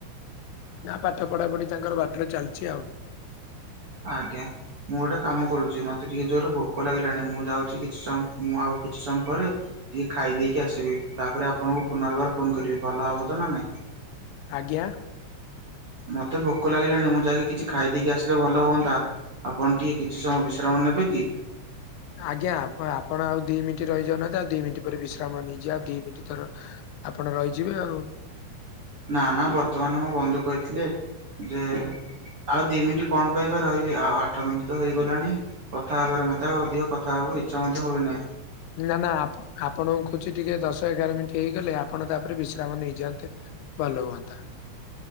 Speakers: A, on the left; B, on the right.
A: ନା ପାଠ ପଢା ପଢି ତାଙ୍କର ବାଟରେ ଚାଲିଛି ଆଉ।
B: ଆଜ୍ଞା। ମୁଁ ଗୋଟେ କାମ କରୁଛି। ମତେ ଟିକେ ଜୋରରେ ଭୋକ ଲାଗିଲାଣି ମୁଁ ଯାଉଛି କିଛି ସମୟ ମୁଁ ଆଉ କିଛି ସମୟ ପରେ ଟିକେ ଖାଇଦେଇକି ଆସିବି ତାପରେ ଆପଣଙ୍କୁ ପୁନର୍ବାର ଫୋନ କରିବି ଭଲ ହବ ତ ନା ନାଇଁ?
A: ଆଜ୍ଞା।
B: ମତେ ଭୋକ ଲାଗିଲାଣି। ମୁଁ ଯାଇକି କିଛି ଖାଇଦେଇକି ଆସିଲେ ଭଲ ହୁଅନ୍ତା। ଆପଣ ଟିକେ କିଛି ସମୟ ବିଶ୍ରାମ ନେବେ କି?
A: ଆଜ୍ଞା ଆପଣ ଆଉ ଦି ମିନିଟ ରହିଯାଉନାହାନ୍ତି। ଆଉ ଦି ମିନିଟ ପରେ ବିଶ୍ରାମ ନେଇଯିବା ଆଉ ଦି ମିନିଟ ଥର ଆପଣ ରହିଯିବେ ଆଉ।
B: ନା ନା ବର୍ତ୍ତମାନ ମୋ ବନ୍ଧୁ କହିଥିଲେ ଯେ ଆଉ ଦି ମିନିଟ୍ କଣ ପାଇଁ ବା ରହିବି ଆଉ ଆଠ ମିନିଟ୍ ତ ହେଇଗଲାଣି। କଥା ହେବାରେ ମଧ୍ୟ ଅଧିକ କଥା ହବାକୁ ଇଚ୍ଛା ମଧ୍ୟ ହୋଉନି ନାହିଁ।
A: ନା ନା ଆପ ଆପଣଙ୍କୁ କହୁଛି ଟିକେ ଦଶ ଏଗାର ମିନିଟ୍ ହେଇଗଲେ ଆପଣ ତାପରେ ବିଶ୍ରାମ ନେଇଯାଆନ୍ତେ ଭଲ ହୁଅନ୍ତା।